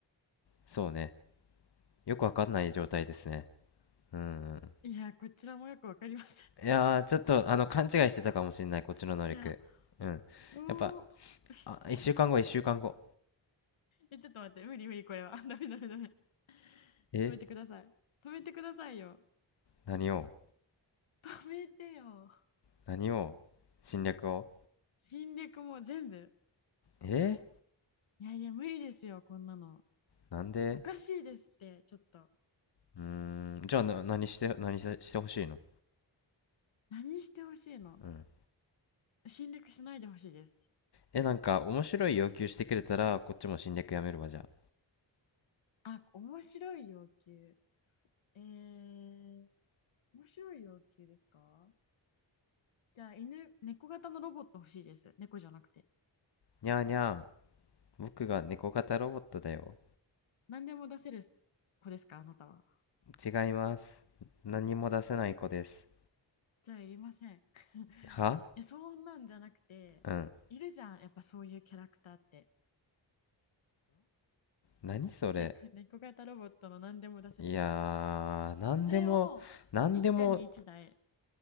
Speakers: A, on the left; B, on the left.
A: そうね。よくわかんない状態ですね。うん。
B: いや、こちらもよくわかりません。
A: いやー、ちょっとあの勘違いしてたかもしれない、こっちの能力。
B: いや、
A: うん。
B: どう、
A: やっぱ、
B: <laughs> ちょ
A: あ、一週間後、一週間後。
B: え、ちょっと待って、無理無理、これは。<laughs> ダメダメダメ。
A: え
B: 止めてください。止めてくださいよ。
A: 何を
B: 止めてよ。
A: 何を侵略を
B: 侵略も全部。
A: え
B: いやいや、無理ですよ、こんなの。
A: なんで
B: おかしいですって、ちょっと。
A: うーん、じゃあな、何して、何せしてほしいの
B: 何してほしいの
A: うん。
B: 侵略しないでほしいです。
A: え、なんか、面白い要求してくれたら、こっちも侵略やめるわ、じゃあ。
B: あ、面白い要求。えー、面白い要求ですかじゃあ、犬、猫型のロボット欲しいです。猫じゃなくて。
A: にゃーにゃー、僕が猫型ロボットだよ。
B: 何でも出せる子ですか、あなたは。
A: 違います。何も出せない子です。
B: じゃあ、いりません。<laughs> い
A: は
B: やそんなんじゃなくて、
A: うん。
B: いるじゃん、やっぱそういうキャラクターって。
A: 何それ
B: 猫猫型ロボットの何でも出せるキャラクター。
A: いやー、何でも、
B: それを一家に一台
A: 何でも、